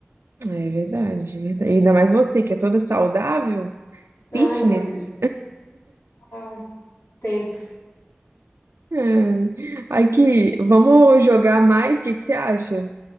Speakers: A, on the right; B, on the left.
A: É verdade, é verdade. E Ainda mais você, que é toda saudável, fitness.
B: Ai, meu Deus. Ai, tento.
A: <laughs> Ai, Aqui, vamos jogar mais? O que que você acha?